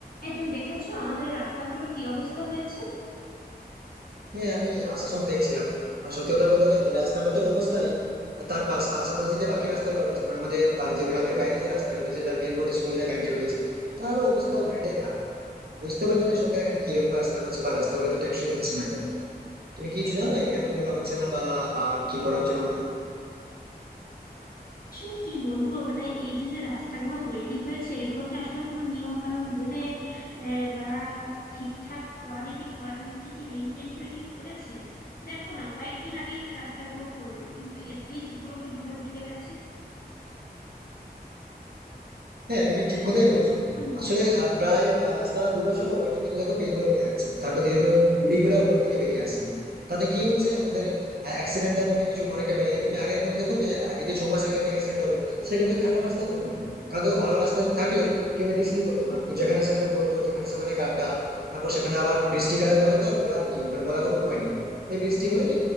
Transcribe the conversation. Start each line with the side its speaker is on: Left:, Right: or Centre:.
Left: এই তুমি দেখেছো আমাদের এই রাস্তাগুলোর কি অবস্থা হয়েছে
Right: হ্যাঁ আমি আসার সময় দেখছিলাম আর সত্যি কথা বলতে গেলে এই রাস্তাটা তোর অবস্থা নেই আর তার পাশা আশেপাশে যে বাকি রাস্তাগুলো রয়েছে মানে আমাদের আহ, যে গ্রামের বাইরে যে রাস্তা রয়েছে যেটা মেন রোডের সঙ্গে যেটা কানেক্টেড রয়েছে তারও অবস্থা অনেকটাই খারাপ বুঝতে পারি না যে সরকার এখানে কিরকম রাস্তা করছে বা রাস্তাগুলো তো টেকসই হচ্ছে না কেন তুমি কি কিছু জানো এ কেন এগুলো হচ্ছে না বা আহ, কি করা উচিত আমাদের
Left: আসলে কি বলবো মানে এই যে যে রাস্তাগুলো তৈরি হয়েছে এগুলো কি আসলে কোনো নিয়ম কানুন মেনে আহ, বা ঠিকঠাক কোয়ালিটি কোয়ান্টিটি মেনটেন করে কি করেছে দেখো না কয়েকদিন আগেই তো এই রাস্তাগুলো করলো কিন্তু এর পিচ গুলো কিভাবে উঠে গেছে
Right: হ্যাঁ তুমি ঠিক কথাই বলেছো
Left: এখন বুঝ-
Right: আসলে আহ, প্রায় আহ, রাস্তাটা দু বছরও হয়নি কিন্তু দেখো পেজ গুলো উঠে যাচ্ছে তারপর ধীরে ধীরে ওই গুড়ি গুলা উপরের দিকে বেরিয়ে আসছে তাতে কি হচ্ছে আমাদের অ্যাক্সিডেন্টাল অনেক কিছু অনেকটা বেড়ে গেছে তুমি আগের মতো দেখো যে আহ, এই যে ছ মাস আগে একটা অ্যাক্সিডেন্ট হলো সেটা কিন্তু খারাপ রাস্তার জন্য কারণ দেখো ভালো রাস্তা থাকলে কেউ এদিক সেদিক করতো না যেখানে সেখানে করতো যেখানে সেখানে গাড্ডা তারপর সেখানে আবার বৃষ্টিকালে তো হলে তো আর বলার নেই মানে বলার কোনো উপায় নেই ওই বৃষ্টি হলেই